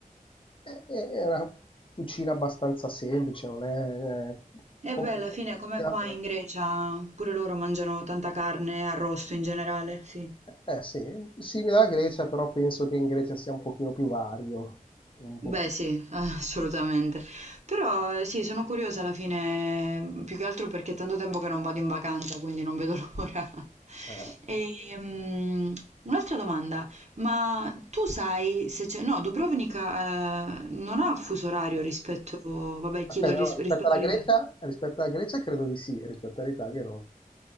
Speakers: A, on the left; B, on the right.
A: eh, eh, È una cucina abbastanza semplice, non è eh,
B: E
A: complicatissima.
B: beh, alla fine, come qua
A: però-
B: in Grecia, pure loro mangiano tanta carne, arrosto in generale, sì.
A: Eh sì, simile alla Grecia, però penso che in Grecia sia un pochino più vario. Un pochino,
B: Beh sì, <laughs> assolutamente. Però sì, sono curiosa alla fine, più che altro perché è tanto tempo che non vado in vacanza, quindi non vedo <laughs> l'ora.
A: eh,
B: E, mm, un'altra domanda, ma tu sai se c'è... No, Dubrovnica, eh, non ha fuso orario
A: no,
B: rispetto... Vabbè, chiedo
A: aspetta,
B: ris-
A: no, rispetto
B: rispetto
A: alla
B: all'Italia.
A: Grecia, rispetto alla Grecia credo di sì, rispetto all'Italia no.